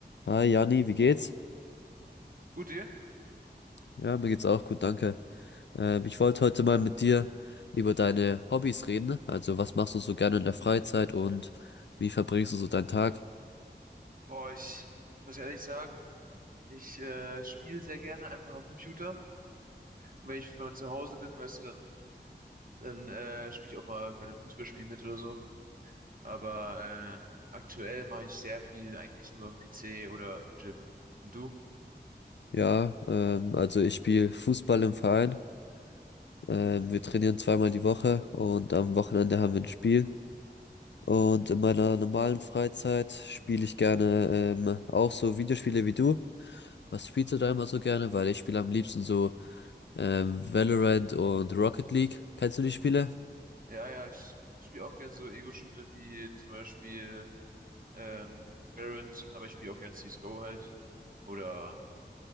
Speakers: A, on the left; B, on the right.
A: Hi Jani, wie geht's?
B: Gut, dir?
A: Ja, mir geht's auch gut, danke. Ähm, ich wollte heute mal mit dir über deine Hobbys reden. Also, was machst du so gerne in der Freizeit und wie verbringst du so deinen Tag?
B: Boah, ich muss ehrlich sagen, ich äh, spiele sehr gerne einfach am Computer. Und wenn ich mal zu Hause bin, weißt du, dann, dann äh, spiele ich auch mal bei einem Fußballspiel mit oder so. Aber äh, aktuell mache ich sehr viel eigentlich nur am PC oder im Gym. Und du?
A: Ja, ähm, also ich spiele Fußball im Verein. Ähm, wir trainieren zweimal die Woche und am Wochenende haben wir ein Spiel. Und in meiner normalen Freizeit spiele ich gerne ähm, auch so Videospiele wie du. Was spielst du da immer so gerne? Weil ich spiele am liebsten so ähm, Valorant und Rocket League. Kennst du die Spiele?
B: Ja, ja, ich, spiele auch gern so Ego-Shooter wie zum Beispiel ähm, Valorant, aber ich spiele auch gern CSGO halt. Oder,